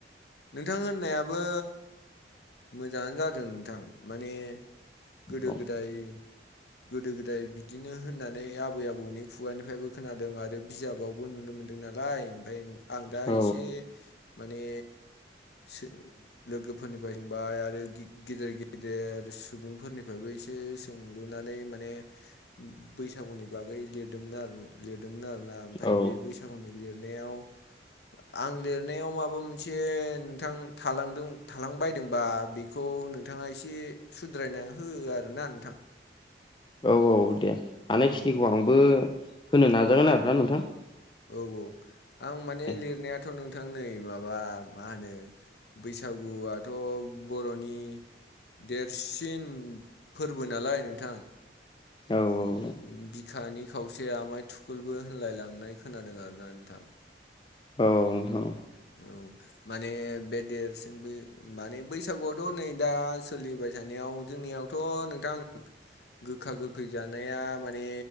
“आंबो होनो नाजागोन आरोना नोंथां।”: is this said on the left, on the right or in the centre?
Left